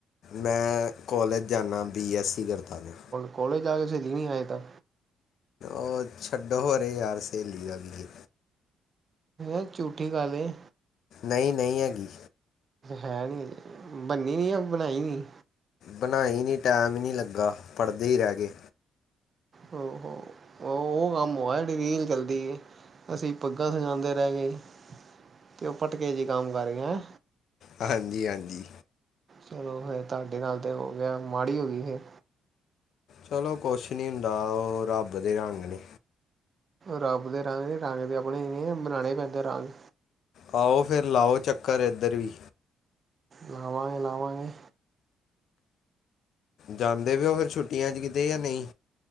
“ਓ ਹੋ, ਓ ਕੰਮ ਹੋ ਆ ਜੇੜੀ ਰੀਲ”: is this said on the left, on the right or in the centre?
Right